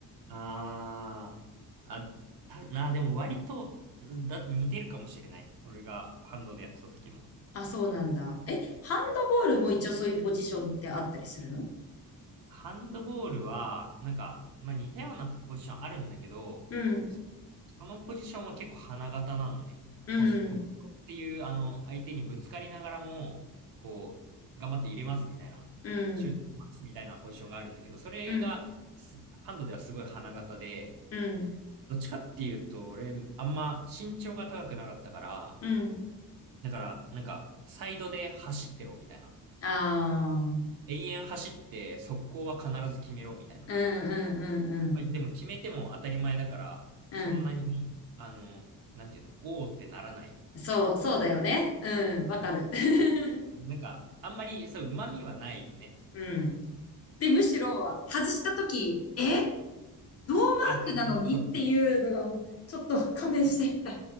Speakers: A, on the right; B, on the left.
A: ああ、あ、た、<laughs> な、でも割と、だ、似てるかもしれない。俺がハンドでやってた時も。
B: あ、そうなんだ。え、ハンドボールも一応そういうポジションってあったりするの
A: ハンドボールは、なんか、まあ似たようなポジションあるんだけど、
B: うん、
A: そのポジションは結構花形なのね。
B: うん、
A: ポス、ポストっていう、あの、相手にぶつかりながらも、こう、頑張って入れますみたいな、
B: うん、
A: シュートしますみたいなポジションがあるんだけど、それが、
B: うん、
A: すハンドではすごい花形で、
B: うん、
A: どっちかっていうと、俺、あんま身長が高くなかったから、
B: うん。
A: だから、なんか、サイドで走ってろみたいな。
B: ああ、うん、
A: 永遠走って、速攻は必ず決めろみたいな。
B: うん、うん、うん。
A: まあ、でも決めても当たり前だから、
B: うん。
A: そんなに、あの、なんていうの、おーってならない。
B: そう、そうだよね。うん、
A: うん
B: わかる。<laughs>
A: なんか、あんまり、そう、旨味はないよね。
B: うん。で、むしろ、外したとき、えノーマークなのにっていうのがもう、
A: あ、そうそうそうそう。
B: ちょっと勘弁して、みたい